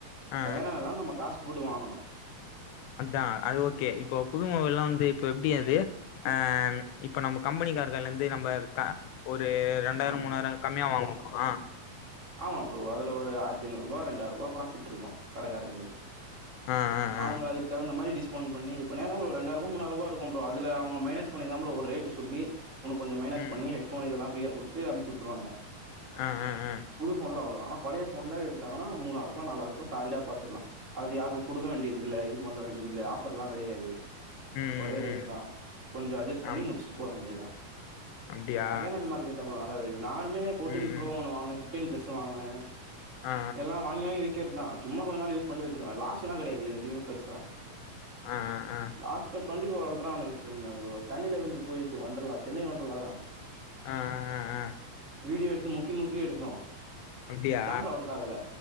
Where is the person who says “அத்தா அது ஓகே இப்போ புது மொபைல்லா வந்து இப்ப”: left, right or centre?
Left